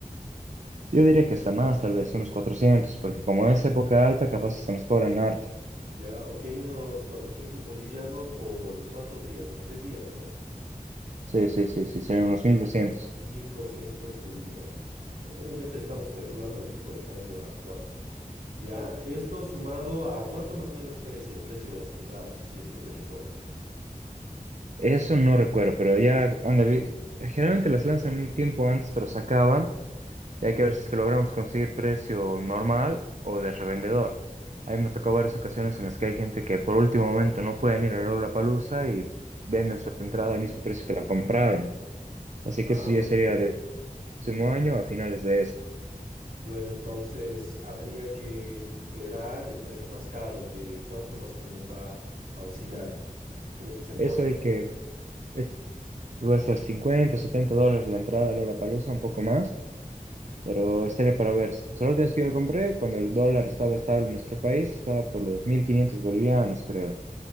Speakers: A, on the right (about 55°); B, on the right (about 70°).
A: Yo diría que hasta más, tal vez unos 400, porque como es época alta, capaz se nos cobran harto.
B: Ya, ok, unos 400 bolivianos por cuántos días, los tres días, ¿no?
A: Sí, sí, sí, sí, serían unos 1200.
B: 1200 bolivianos. Obviamente estamos calculando el tipo de cambio actual. Ya, esto sumado a cuánto más o menos es el precio de las entradas, si es que te recuerdas.
A: Eso no recuerdo, pero ya, ándale, generalmente las lanzan un tiempo antes, pero se acaban, y hay que ver si es que logramos conseguir precio normal o de revendedor. Ahí me ha tocado varias ocasiones en las que hay gente que por último momento no pueden ir a palusa y venden su entrada al mismo precio que la compraron. Así
B: Ah,
A: que eso
B: bueno.
A: ya sería del próximo año a finales de este.
B: Bueno, entonces habría que esperar el precio más caro, que cuánto más o menos va a oscilar. Creo que es en
A: Eso
B: dólares,
A: hay que,
B: ¿no?
A: es- va a estar 50 o 70 dólares la entrada a palusa un poco más. Pero
B: Ya.
A: estaría para ver. O sea, la última vez que yo lo compré, cuando el dólar estaba estable en nuestro país, estaba por los 1.500 bolivianos, creo.